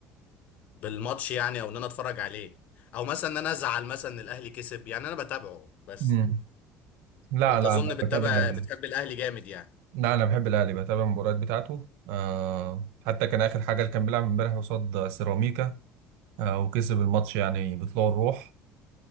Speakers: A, on the left; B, on the right.
A: بالماتش يعني او ان انا اتفرج عليه او مثلا ان انا ازعل مثلا ان الاهلي كسب يعني انا بتابعه بس
B: مم. لا
A: انت
B: لا
A: اظن
B: انا
A: بتتابع
B: بتابع ال-
A: بتحب الاهلي جامد يعني
B: لا انا بحب الاهلي بتابع المباريات بتاعته آه حتى كان اخر حاجه اللي كان بيلعب امبارح قصاد سيراميكا آه وكسب الماتش يعني بطلوع الروح